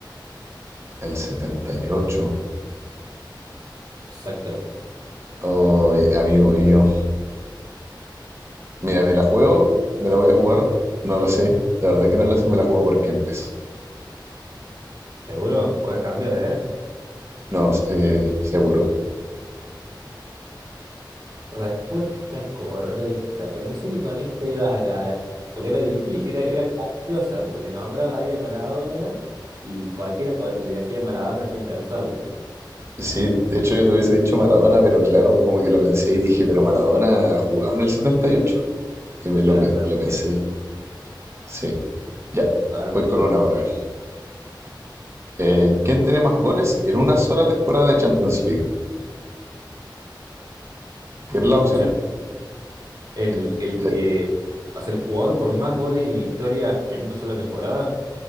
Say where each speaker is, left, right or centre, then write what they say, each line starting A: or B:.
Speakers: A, on the right (about 35°); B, on the right (about 55°).
A: El setenta y ocho
B: Exactamente.
A: Oh, amigo mío. Mira, me la juego, me la voy a jugar. No lo sé. De verdad que no lo sé, me la juego por Kempes.
B: ¿Seguro? Puedes cambiar, ¿eh?
A: No, eh, seguro.
B: Respuesta correcta. Pensé que con esta ibas a caer. Porque era difícil, era, era capciosa, porque te nombraba ahí a Maradona y cualquiera pod- te decía Maradona sin pensarlo.
A: Sí, de hecho yo te hubiese dicho Maradona, pero claro, como que lo pensé y dije, pero Maradona jugaba en el setenta Y ocho y me lo,
B: Claro,
A: pe-
B: claro.
A: lo pensé.
B: muy Bien.
A: Sí, ya,
B: Ahora
A: voy
B: me toca
A: con una
B: a mí.
A: hora. Eh, ¿Quién tiene más goles en una sola temporada de Champions League? ¿Quieres las
B: Opciones.
A: opciones?
B: El,
A: Ya.
B: el
A: Le-
B: que. hace el jugador con más goles en la historia en una sola temporada.